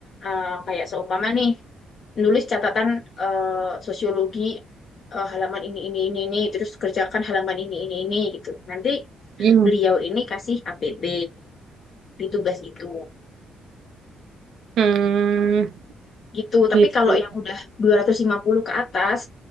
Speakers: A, on the left; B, on the right.
A: eh, kayak seumpama nih, nulis catatan eh, sosiologi eh, halaman ini ini ini ini terus kerjakan halaman ini ini ini gitu. Nanti
B: Hmm.
A: beliau ini kasih HPP di tugas itu.
B: Hmm,
A: Gitu. Tapi
B: gitu.
A: kalau yang udah 250 ke atas,